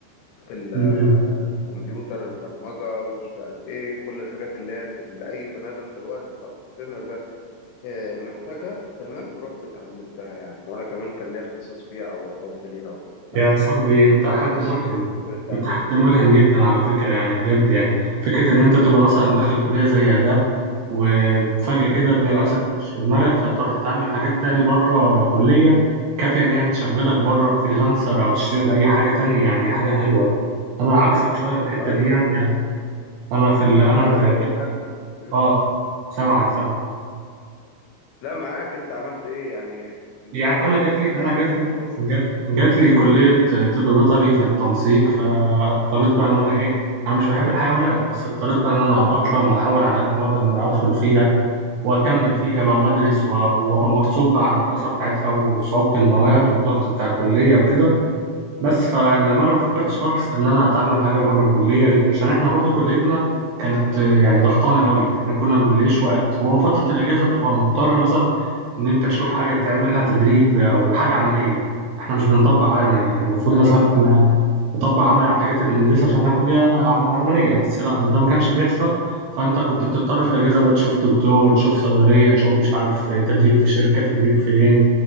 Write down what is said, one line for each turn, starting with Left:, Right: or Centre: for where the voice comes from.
Left: في ال-
Right: م- م.
Left: في الكمبيوتر البرمجة ومش عارف ايه كل الحاجات اللي هي اللي أي بني آدم دلوقتي في عصرنا ده آه، محتاجها تمام رحت اتعلمتها يعني وأنا كمان كان ليا اختصاص فيها أو حب ليها وكده
Right: يا
Left: بس
Right: صاحبي انت حد
Left: فدي قصتي
Right: ملهم
Left: بالنسبة للتعليم
Right: انت حد ملهم
Left: اه
Right: جدا على فكرة يعني بجد يعني فكرة ان انت تبقى مثلا داخل كلية زي آداب وفجأة كده تلاقي
Left: اه
Right: نفسك مش في دماغك فتروح تتعلم حاجات تاني بره الكلية كافية ان هي تشغلك بره
Left: مم.
Right: فريلانسر او تشتغل اي حاجة تاني يعني حاجة حلوة انا عكسك شوية في الحتة
Left: ايوه
Right: دي يعني
Left: بالفعل
Right: انا في ال... انا
Left: ايوه
Right: ده
Left: بالفعل مم.
Right: اه سامعك
Left: مم.
Right: سامعك
Left: لا معاك انت عملت ايه يعني انت
Right: يعني انا
Left: كنت
Right: جات
Left: بتقول
Right: لي انا
Left: لي عكسك
Right: جات لي
Left: اللي هو ازاي
Right: جات لي كليه طب بيطري في التنسيق فاضطريت بقى ان انا ايه انا مش بحب الحيوانات بس اضطريت بقى ان انا اتاقلم واحاول على قد ما اقدر ان انا ادخل فيها واكمل فيها بقى وادرس و- وابقى
Left: اه
Right: مغصوب بقى على الدراسه بتاعتها وصعوبه المواد والضغط بتاع الكليه وكده بس فلما انا ما فكرتش
Left: مم.
Right: خالص ان انا اتعلم حاجه بره الكليه عشان احنا برضو كليتنا كانت آه، يعني ضغطانه قوي احنا كنا ما بنلاقيش وقت وفتره الاجازه
Left: مم.
Right: بتبقى مضطر مثلا ان انت تشوف حاجه تعملها تدريب او حاجه عمليه احنا مش بنطبق عملي يعني المفروض
Left: ايوه
Right: مثلا إحنا
Left: اه
Right: نطبق عملي على الحاجات اللي بندرسها عشان احنا كليه
Left: مم.
Right: عم- عمليه بس لا مش ده ما كانش بيحصل فانت كنت بتضطر في الاجازه بقى تشوف دكتور تشوف صيدليه تشوف مش عارف آه، تدريب في شركه تدريب فين